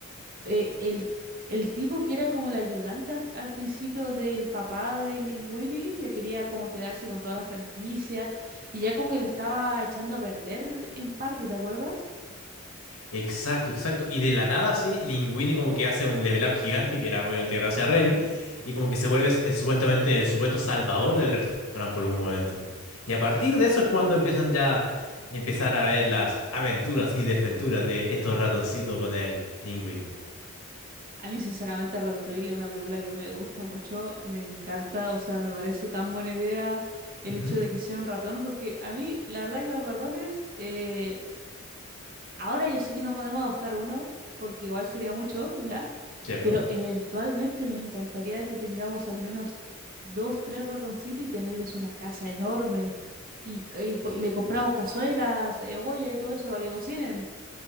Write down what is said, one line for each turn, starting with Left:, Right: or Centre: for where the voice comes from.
Right: eh, el, el tipo que era como el ayudante al, al principio del papá de Linguini, le quería como quedarse con toda la franquicia y ya como que la estaba echando a perder en parte, ¿te acuerdas?
Left: Exacto, exacto. Y de la nada, sí, Linguini como que hace un level up gigante, que era obviamente gracias a Remy, y como que se vuelve eh, supuestamente el supuesto salvador del restaurante por un momento. Y a partir de eso es cuando empiezan ya empezar a ver las aventuras y desventuras de estos ratoncitos con el Linguini.
Right: A mí, sinceramente, Ratatouille es una película que me gusta mucho, me encanta, o sea, me parece tan buena idea el
Left: Ujú,
Right: hecho de que sea un ratón, porque a mí, la verdad que los ratones, eh, ahora yo sé que no podemos adoptar uno, porque igual sería mucho, ¿ya?
Left: ¿Cierto?
Right: Pero eventualmente me encantaría que tengamos al menos dos, tres ratoncitos y tenerles una casa enorme. Y, y po- y le compramos cazuelas, eh, olla y todo eso para que cocinen.